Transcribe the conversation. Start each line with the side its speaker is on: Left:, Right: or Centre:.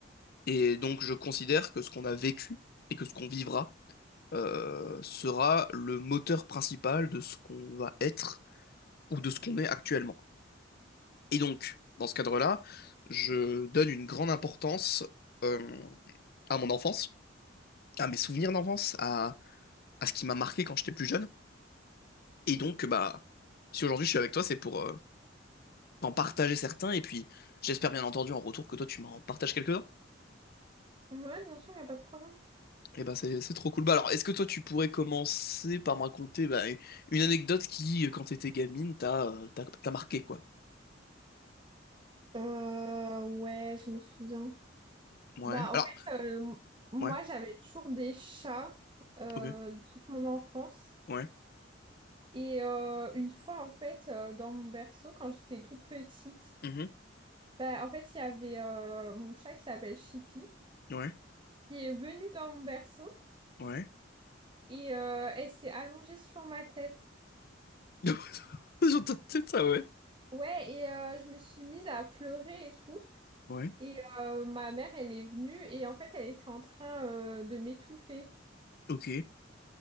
Left: Et donc je considère que ce qu'on a vécu et que ce qu'on vivra euh, sera le moteur principal de ce qu'on va être ou de ce qu'on est actuellement. Et donc, dans ce cadre-là, je donne une grande importance euh, à mon enfance à mes souvenirs d'enfance, à, à ce qui m'a marqué quand j'étais plus jeune. Et donc, bah, si aujourd'hui je suis avec toi, c'est pour euh, en partager certains. Et puis, j'espère bien entendu en retour que toi, tu m'en partages quelques-uns.
Right: Ouais, bien sûr, il n'y a pas de problème.
Left: Et bah, c'est c'est trop cool. Bah, alors, est-ce que toi, tu pourrais commencer par me raconter bah, une anecdote qui, euh, quand t'étais gamine, t'a euh, t'a t'a marqué, quoi?
Right: Euh, ouais, je me souviens.
Left: Ouais.
Right: Bah, en
Left: Alors,
Right: fait, euh, moi,
Left: ouais,
Right: j'avais toujours des chats euh,
Left: ok.
Right: toute mon enfance.
Left: Ouais.
Right: Et euh, une fois, en fait, euh, dans mon berceau, quand j'étais toute petite,
Left: mhm,
Right: bah, en fait, il y avait euh, mon chat qui s'appelle Chippy,
Left: Ouais.
Right: qui est venu dans mon berceau
Left: Ouais.
Right: et euh, elle s'est allongée sur ma tête.
Left: <laughs> J'entends peut-être ça, ouais.
Right: Ouais, et euh, je me suis mise à pleurer et tout.
Left: Ouais.
Right: Et euh, ma mère, elle est venue et en fait, elle était en train euh, de m'étouffer.
Left: Ok.